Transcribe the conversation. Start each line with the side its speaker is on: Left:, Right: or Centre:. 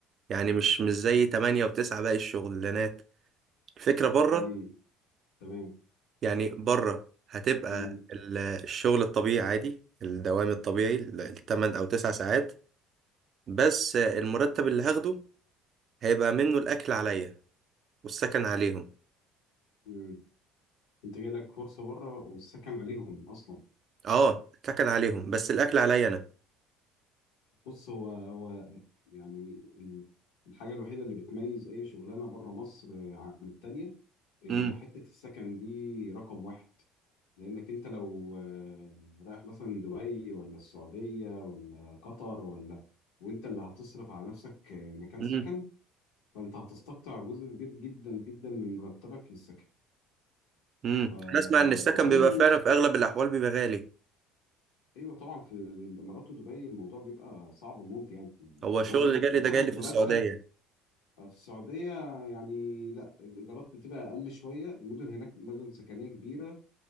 Right: يعني مش مش زي تمانية وتسعة باقي الشغلانات الفكرة بره
Left: مم. تمام
Right: يعني بره هتبقى
Left: مم.
Right: ال- الشغل الطبيعي عادي الدوام الطبيعي ال- التمن أو تسع ساعات بس آه، المرتب اللي هاخده هيبقى منه الأكل عليا والسكن عليهم
Left: مم. انت جاي لك فرصه بره والسكن عليهم اصلا
Right: اه السكن عليهم بس الأكل عليا أنا
Left: بص هو هو يعني ال- الحاجة الوحيدة اللي بتميز أي شغلانة بره مصر عن التانية آه،
Right: امم
Left: حتة السكن دي رقم واحد لأنك أنت لو آه، رايح مثلا دبي ولا السعودية ولا قطر ولا وأنت اللي هتصرف على نفسك آه، مكان
Right: امم
Left: سكن فأنت هتستقطع جزء كبير جدا جدا من مرتبك للسكن
Right: امم
Left: فلو
Right: أنا أسمع إن السكن
Left: هم
Right: بيبقى فعلا في أغلب الأحوال بيبقى غالي
Left: ايوه طبعا في الامارات ودبي الموضوع بيبقى صعب موت يعني اللي
Right: هو الشغل
Left: هو لازم
Right: اللي جالي
Left: تبقى
Right: ده
Left: تاخد
Right: جالي في
Left: مرتب
Right: السعودية
Left: آه، في السعودية يعني لا الإيجارات بتبقى أقل شوية المدن هناك مدن سكنية كبيرة